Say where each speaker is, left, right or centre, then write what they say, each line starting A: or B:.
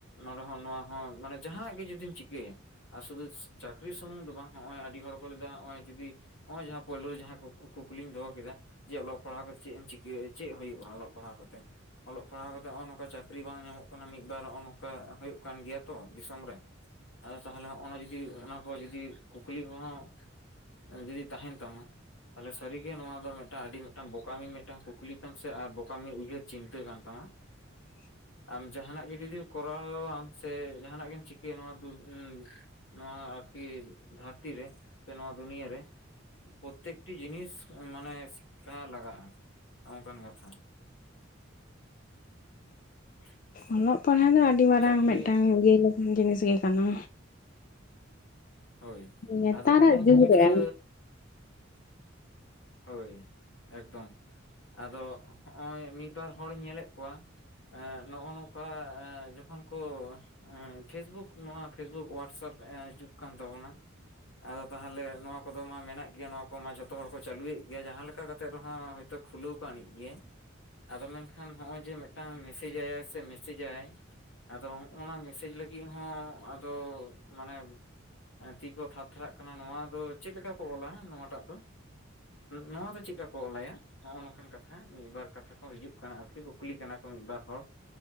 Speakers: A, on the left; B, on the left.
A: ᱱᱚᱰᱮ ᱦᱚᱸ ᱱᱚᱣᱟ ᱦᱚᱸ ᱢᱟᱱᱮ ᱡᱟᱦᱱᱟᱜ ᱜᱮ ᱡᱩᱫᱤᱢ ᱪᱤᱠᱟᱹᱭᱟ, ᱟᱨ ᱥᱩᱫᱩ ᱪᱟᱹᱠᱨᱤ ᱥᱩᱢᱩᱝ ᱫᱚ ᱵᱟᱝ ᱦᱚᱜᱼᱚᱭ ᱟᱹᱰᱤ ᱦᱚᱲ ᱠᱚ ᱞᱮᱫᱟ ᱦᱚᱜᱼᱚᱭ ᱡᱩᱫᱤ ᱦᱚᱜᱼᱚᱭ ᱡᱟᱦᱟᱸ ᱯᱳᱭᱞᱳ ᱨᱮ ᱡᱟᱦᱟᱸ ᱠᱩᱠ-ᱠᱩᱠᱞᱤᱧ ᱫᱚᱦᱚ ᱠᱮᱫᱟ, ᱡᱮ ᱚᱞᱚᱜ ᱯᱟᱲᱦᱟᱣ ᱠᱟᱛᱮᱫ ᱪᱮᱫ ᱮᱢ ᱪᱤᱠᱟᱹᱭᱟ ᱪᱮᱫ ᱦᱩᱭᱩᱜᱼᱟ ᱚᱞᱚᱜ ᱯᱟᱲᱦᱟᱣ ᱠᱟᱛᱮᱫ? ᱚᱞᱚᱜ ᱯᱟᱲᱦᱟᱣ ᱠᱟᱛᱮ ᱦᱚᱜᱼᱚ ᱱᱚᱝᱠᱟ ᱪᱟᱹᱠᱨᱤ ᱵᱟᱝ ᱧᱟᱢᱚᱜ ᱠᱟᱱᱟ ᱢᱤᱫ ᱵᱟᱨ ᱦᱚᱜᱼᱚ ᱱᱚᱝᱠᱟ ᱦᱩᱭᱩᱜ ᱠᱟᱱ ᱜᱮᱭᱟ ᱛᱚ ᱫᱤᱥᱚᱢ ᱨᱮ ᱾ ᱟᱫᱚ ᱛᱟᱦᱚᱞᱮ ᱦᱚᱸᱜᱼ ᱚᱱᱟ ᱡᱩᱫᱤ ᱚᱱᱟ ᱠᱚ ᱡᱩᱫᱤ ᱠᱩᱠᱞᱤ ᱠᱚᱦᱚᱸ ᱮ ᱡᱩᱫᱤ ᱛᱟᱦᱮᱱ ᱛᱟᱢᱟ, ᱛᱟᱦᱚᱞᱮ ᱥᱟᱹᱨᱤ ᱜᱮ ᱱᱚᱣᱟ ᱫᱚ ᱢᱤᱫᱴᱟᱝ ᱟᱹᱰᱤ ᱢᱤᱫᱴᱟᱝ ᱵᱚᱠᱟᱢᱤ ᱢᱤᱫᱴᱟᱝ ᱠᱩᱠᱞᱤ ᱛᱟᱢ ᱥᱮ ᱟᱨ ᱵᱚᱠᱟᱢᱤ ᱩᱭᱦᱟᱹᱨ ᱪᱤᱱᱛᱟᱹ ᱠᱟᱱ ᱛᱟᱢᱟ ᱾
B: <unintelligible>
A: ᱟᱢ ᱡᱟᱦᱟᱱᱟᱜ ᱜᱮ ᱡᱩᱫᱤᱢ ᱠᱚᱨᱟᱣᱟᱢ ᱥᱮ ᱡᱟᱦᱟᱱᱟᱜ ᱜᱮᱢ ᱪᱤᱠᱟᱹᱭᱟ ᱱᱚᱣᱟ ᱫᱩ ᱱᱚᱣᱟ ᱟᱨᱠᱤ ᱫᱷᱟᱹᱨᱛᱤ ᱨᱮ ᱥᱮ ᱱᱚᱣᱟ ᱫᱩᱱᱤᱭᱟᱹ ᱨᱮ, ᱯᱨᱚᱛᱮᱠᱴᱤ ᱡᱤᱱᱤᱥ ᱢᱟᱱᱮ ᱥᱤᱠᱽᱠᱷᱟ ᱞᱟᱜᱟᱜᱼᱟ ᱚᱝᱠᱟᱱ ᱠᱟᱛᱷᱟ ᱾ <inaudible>
B: ᱚᱞᱚᱜ ᱯᱟᱲᱦᱟᱜ ᱫᱚ ᱟᱹᱰᱤ ᱢᱟᱨᱟᱝ
A: ᱪᱟᱹᱠᱨᱤ
B: ᱢᱤᱫᱴᱟᱝ ᱤᱭᱟᱹ ᱞᱮᱠᱟᱱ ᱡᱤᱱᱤᱥ ᱜᱮ ᱠᱟᱱᱟ᱾
A: ᱦᱳᱭ,
B: ᱱᱮᱛᱟᱨᱟᱜ
A: ᱟᱫᱚ ᱦᱚᱜᱼ ᱱᱩᱠᱩ
B: ᱡᱩᱜᱽ
A: ᱜᱤᱫᱽᱨᱟᱹ
B: ᱨᱮ
A: ᱦᱳᱭ ᱮᱠᱫᱚᱢ, ᱟᱫᱚ ᱦᱚᱜᱼᱚᱭ ᱢᱤᱫ ᱵᱟᱨ ᱦᱚᱲ ᱤᱧ ᱧᱮᱞᱮᱫ ᱠᱚᱣᱟ, ᱮ ᱱᱚᱜᱼᱚ ᱱᱚᱝᱠᱟ ᱡᱚᱠᱷᱚᱱ ᱠᱚ ᱮᱸ ᱯᱷᱮᱥᱵᱩᱠ ᱱᱚᱣᱟ ᱯᱷᱮᱥᱵᱩᱠ ᱦᱚᱣᱟᱴᱥᱮᱯ ᱮᱸ ᱡᱩᱜ ᱠᱟᱱ ᱛᱟᱵᱚᱱᱟ ᱾ ᱟᱫᱚ ᱛᱟᱦᱚᱞᱮ ᱱᱚᱣᱟ ᱠᱚ ᱫᱚ ᱢᱟ ᱢᱮᱱᱟᱜ ᱜᱮᱭᱟ ᱱᱚᱣᱟ ᱠᱚᱢᱟ ᱡᱷᱚᱛᱚ ᱦᱚᱲ ᱠᱚ ᱪᱟᱹᱞᱩᱭᱮᱫ ᱜᱮᱭᱟ ᱡᱟᱦᱟᱸ ᱞᱮᱠᱟ ᱠᱟᱛᱮᱜ ᱨᱮᱦᱚᱸ ᱦᱚᱭᱛᱚ ᱠᱷᱩᱞᱟᱹᱣ ᱠᱟᱱ ᱟᱹᱱᱤᱡ ᱜᱮᱭᱟ ᱾ ᱟᱫᱚ ᱢᱮᱱᱠᱷᱟᱱ ᱦᱚᱜᱼᱚᱭ ᱡᱮ ᱢᱤᱫᱴᱟᱝ ᱢᱮᱥᱮᱥ ᱟᱭᱟᱭ ᱥᱮ ᱢᱮᱥᱮᱥ ᱟᱭ᱾ ᱟᱫᱚ ᱦᱚᱸᱜᱼ ᱱᱟ ᱢᱮᱥᱮᱡᱽ ᱞᱟᱹᱜᱤᱫ ᱦᱚᱸ ᱟᱫᱚ ᱢᱟᱱᱮ ᱛᱤ ᱠᱚ ᱛᱷᱟᱨ ᱛᱷᱟᱨᱟᱜ ᱠᱟᱱᱟ ᱱᱚᱣᱟ ᱫᱚ ᱪᱮᱫᱞᱮᱠᱟ ᱠᱚ ᱚᱞᱟ ᱱᱚᱣᱟᱴᱟᱜ ᱫᱚ? ᱱᱚᱣᱟ ᱫᱚ ᱪᱮᱫᱠᱟ ᱠᱚ ᱚᱞᱟᱭᱟ? ᱦᱚᱜᱼᱚ ᱱᱚᱝᱠᱟᱱ ᱠᱟᱛᱷᱟ ᱢᱤᱫᱵᱟᱨ ᱠᱟᱛᱷᱟ ᱠᱚ ᱦᱤᱡᱩᱜ ᱠᱟᱱᱟ ᱟᱨᱠᱤ ᱠᱩᱠᱞᱤ ᱠᱟᱱᱟ ᱠᱚ ᱢᱤᱫ ᱵᱟᱨ ᱦᱚᱲ ᱾